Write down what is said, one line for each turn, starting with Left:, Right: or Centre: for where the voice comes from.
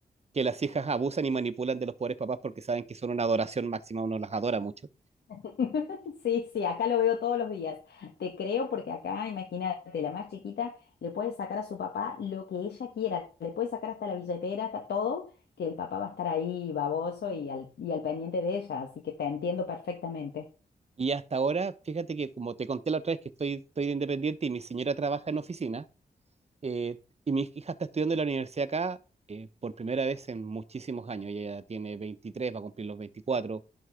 Right: que las hijas abusan y manipulan de los pobres papás porque saben que son una adoración máxima, uno las adora mucho.
Left: <laughs> Sí, sí, acá lo veo todos los días. Te creo porque acá, imagínate, la más chiquita le puede sacar a su papá lo que ella quiera, le puede sacar hasta la billetera, hasta todo, que el papá va a estar ahí baboso y al, y al pendiente de ella, así que te entiendo perfectamente.
Right: Y hasta ahora, fíjate que como te conté la otra vez que estoy, estoy de independiente y mi señora trabaja en oficina, Eh, y mi hija está estudiando en la universidad acá eh, por primera vez en muchísimos años. Ella tiene veintitrés va a cumplir los veinticuatro